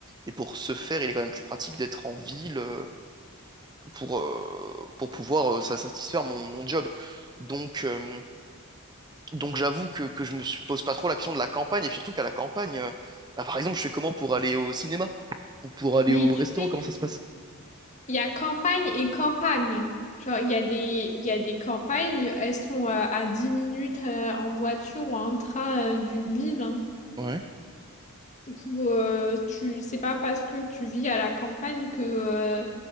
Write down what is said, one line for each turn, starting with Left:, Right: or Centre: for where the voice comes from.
Right: Et pour ce faire, il est quand même plus pratique d'être en ville euh, pour, euh, pour pouvoir euh, ça satisfaire mon, mon job. Donc, euh, donc j'avoue que, que je me suis- pose pas trop la question de la campagne. Et surtout qu'à la campagne, euh, bah, par exemple, je fais comment pour aller au cinéma ou pour aller
Left: Mais
Right: au
Left: tu
Right: restaurant?
Left: sais,
Right: Comment ça se passe?
Left: Il y a campagne et campagne. hein. Genre, il y a des, il y a des campagnes, elles sont euh, à 10 minutes euh, en voiture ou en train euh, d'une ville. hein.
Right: Ouais.
Left: Ou, euh, tu, c'est pas parce que tu vis à la campagne que euh,